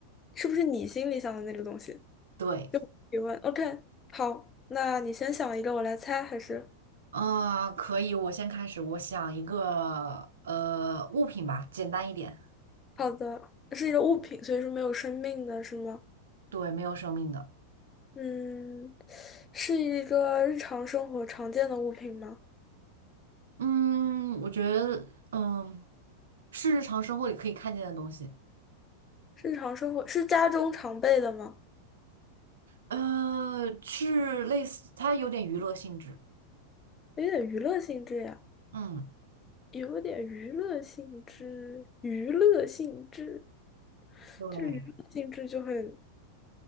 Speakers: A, on the left (about 20°); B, on the right (about 65°).
A: 是不是你心里想的那个东西？
B: 对，
A: 提问。OK，好，那你先想一个，我来猜，还是？
B: 啊、可以，我先开始，我想一个呃物品吧，简单一点，
A: 好的，是一个物品，所以说没有生命的，是吗？
B: 对，没有生命的。
A: 嗯，是一个日常生活常见的物品吗？
B: 嗯，我觉得，嗯，是日常生活里可以看见的东西。
A: 日常生活是家中常备的吗？
B: 呃，是类似，它有点娱乐性质。
A: 有点娱乐性质呀，
B: 嗯，
A: 有点娱乐性质，娱乐性质，
B: 对，
A: 这个娱乐性质就很，